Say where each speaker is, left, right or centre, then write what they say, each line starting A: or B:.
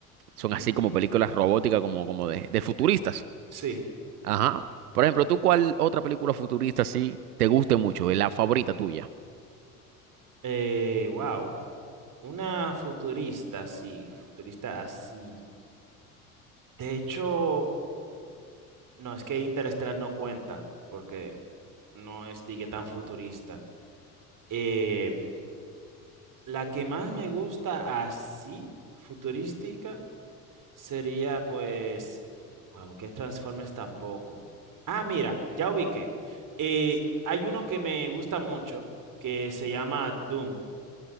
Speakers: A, on the right (about 80°); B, on the right (about 45°).
A: son
B: ujú,
A: así como películas robóticas, como, como de de futuristas.
B: Sí.
A: Ajá. Por ejemplo, ¿tú cuál otra película futurista sí te guste mucho? Es la favorita tuya.
B: Eh, wow. Una futurista, sí. Futurista así. De hecho, no, es que Interestelar no cuenta, porque no es, digue, tan futurista. Eh, la que más me gusta así, futurística, Sería pues, wow, ¿qué Transformers tampoco? Ah, mira, ya ubiqué. Eh, hay uno que me gusta mucho que se llama Doom.